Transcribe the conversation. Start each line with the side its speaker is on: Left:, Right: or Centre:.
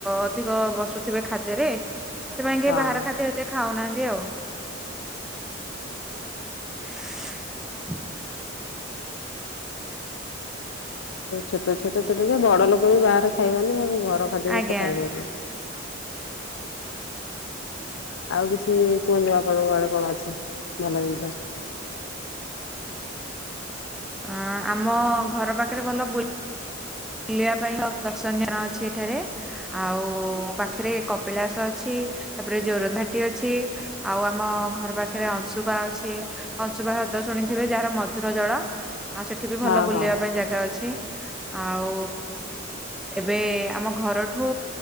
Centre: ଅଧିକ ବସୁଥିବେ ଖାଦ୍ୟରେ ସେଥିପାଇଁ କେହି
Left: ହଁ।
Centre: ବାହାର ଖାଦ୍ୟ ଏତେ ଖାଉନାହା ତି ଆଉ ସି
Left: ଛୋଟ ଛୁଆ ତ ଛୋଟ ଛୁଆ ବଡ ଲୋକ ବି ବାହାରେ ଖାଇବନି ଆଉ ମୁଁ ଘର ଖାଦ୍ୟ
Centre: ଆଜ୍ଞା।
Left: ଯେତେ ଖାଇ ପାରିବେ। ଆଉ କିଛି କୁହନ୍ତୁ ଆପଣଙ୍କ ଘରେ କଣ ଅ ଛି ଭଲ ଜିନିଷ?
Centre: ଆ ଆମ ଘର ପାଖରେ ଭଲ ବୁଲିବା ପାଇଁ ଦର୍ଶନୀୟ ସ୍ଥାନ ଅଛି ଏଠାରେ ଆଉ ପାଖରେ କପିଳାସ ଅଛି ତାପରେ ଜୋରନ୍ଦା ଟି ଅଛି ଆଉ ଆମ ଘର ପାଖରେ ଅଂଶୁପା ଅଛି ଅଂଶୁପା ହ୍ରଦ ଶୁଣିଥିବେ ଯାହାର ମଧୁର ଜଳ ଆଉ ସେଠି ବି
Left: ହଁ
Centre: ଭଲ ବୁଲିବା
Left: ହଁ
Centre: ପାଇଁ ଜାଗା ଅଛି। ଆଉ ଏବେ ଆମ ଘରଠୁ